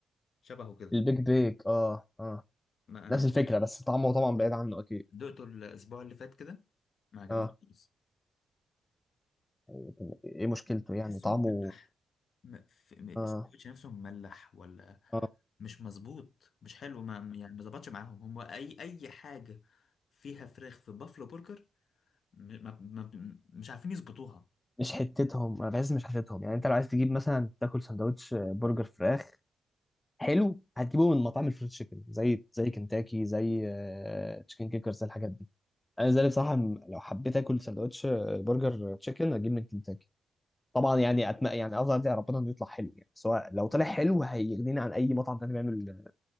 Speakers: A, on the left (about 65°); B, on the left (about 20°).
A: شبهه كده
B: البيج بيك اه اه
A: ما انا
B: نفس
A: دقته
B: الفكرة بس طعمه طبعا بعيد عنه أكيد
A: دقته الاسبوع اللي فات كده ما عجبنيش
B: اه
A: خالص
B: لكن ايه مشكلته يعني
A: تحسه
B: طعمه
A: مملح م- في- م- السندوتش
B: اه
A: نفسه مملح ولا
B: اه
A: مش مظبوط مش حلو ما يعني ما ظبطش معاهم هم اي اي حاجه فيها فراخ في بافلو برجر م- ما ما مش عارفين يظبطوها
B: مش حتتهم انا بحس مش حتتهم يعني انت لو عايز تجيب مثلا تاكل سندوتش برجر فراخ حلو هتجيبه من مطاعم الفريد تشيكن زي زي كنتاكي زي آه، تشيكن كيكر زي الحاجات دي انا زي بصراحه م- لو حبيت اكل سندوتش آه، برجر تشيكن هجيب من كنتاكي طبعا يعني أتم... يعني افضل ادعي ربنا انه يطلع حلو يعني سواء لو طلع حلو هيغنيني عن اي مطعم تاني بيعمل